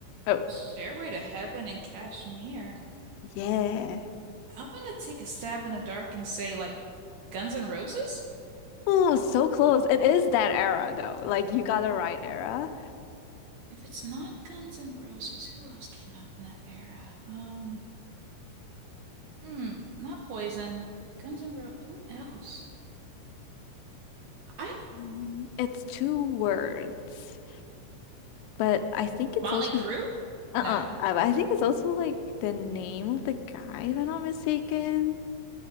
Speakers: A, on the left; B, on the right.
A: Oh,
B: Stairway to Heaven and Kashmir.
A: Yeah.
B: I'm gonna take a stab in the dark and say like Guns N' Roses?
A: Oh, so close. It is that era though. Like you got it right era.
B: If it's not Guns N' Roses, who else came out in that era? Um, hmm, not Poison. Guns N' Roses. Who else? I
A: Mm, It's two words, but I think it's
B: Motley
A: also
B: Crue?
A: uh-uh.
B: No.
A: I, I think it's also like the name of the guy, if I'm not mistaken.